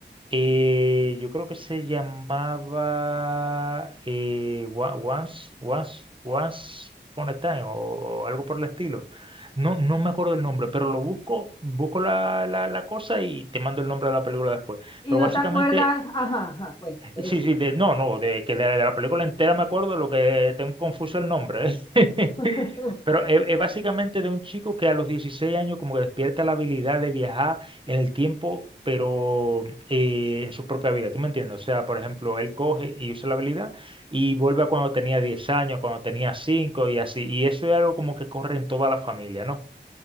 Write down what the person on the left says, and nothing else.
Y
no
te acuerdas, ajá, ajá, bueno, eso.
<laughs>